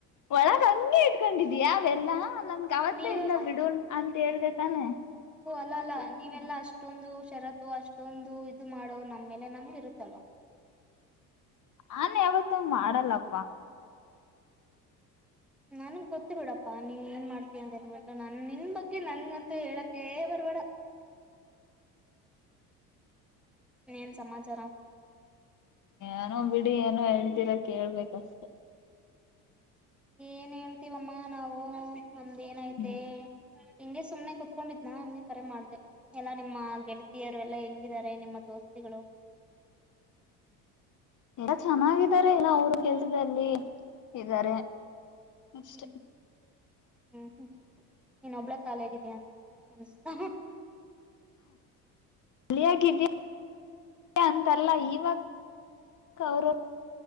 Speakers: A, on the left; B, in the centre.
A: ಒಳಗ ಹಂಿ ಇಟ್ಕೊಂಡಿದೀಯ ಅವೆಲ್ಲಾ. ನಮ್ಗೆ ಅವತ್ತ
B: ನೀವೆಲ್ಲ
A: ಇಲ್ಲ ಬಿಡೋಲ್ ಅಂತ ಹೇಳ್ದೆ ತಾನೆ.
B: ಇಲ್ಲ ಅಲ್ಲಾ ನೀವೆಲ್ಲಾ ಅಷ್ಟೊಂದು ಷರತ್ತು ಅಷ್ಟೊಂದು ಇದು ಮಾಡೋ ನಮ್ಮ್ಮೇಲೆ ನಮ್ಗೆ ಇರುತ್ತಲ್.
A: ನನ್ ಯಾವತ್ತ ಮಾಡಲ್ಲಪ್ಪ.
B: ನನ್ಗ್ ಗೊತ್ತು ಬಿಡಪ್ಪಾ ನೀ ಏನ್ ಮಾಡ್ತೀಯ ಅಂತೇಳ್ಬಿಟ್ಟು ನನ್ ನಿನ್ ಬಗ್ಗೆ ನನ್ಗಂತೂ ಹೇಳಕ ಬರ್ಬೇಡ. ಏನ್ ಸಮಾಚಾರ
A: ಾನೋ ಬಿ. ನಡಿ ಏನೋ ಹೇಳ್ತೀರಾ ಕೇಳ್ಬೇಕಷ್ಟೆ
B: ಏನ್ ಹೇಳ್ತೀವಮ್ಮ ನಾವು ನಮ್ದ ಏನಐತೆ
A: ಹ್ಮ್
B: ಹಿಂಗಗೆ ಸುಮ್ನೆ ಕುೂತ್ಕೊಂಡಿದ್ನ ಹಗೆ ಕರೆ ಮಾಡ್ದ ಎಲ್ಲಾ ನಿಮ್ಮ ಗೆಳತಿಯರು ಎಲ್ಲಾ ಹೆಂಗಿದಿದ್ದಾರೆ ನಿಮ್ಮ ದೋಸ್ತಿಗಳು
A: ಎಲ್ಲ ಚೆನ್ನಾಗಿದ್ದಾರೆ ಎಲ್ಲ ಅವರು ಕೆಲ್ಸದಲ್ಲಿ ಇದ್ದಾರೆ ಅಷ್ಟೆ
B: ಹ್ಮ್ ಹ್ಮ್ ಹ್ಮ್ ಇನ್ನೊಬ್ಬಳ ಖಾಲಿಿಯಗಿದಯ ಅನ್ಸ್ತಾ
A: ಿಯಾಗ ಅಂತಲ್ಲ ಇವಾಗ ಅವರು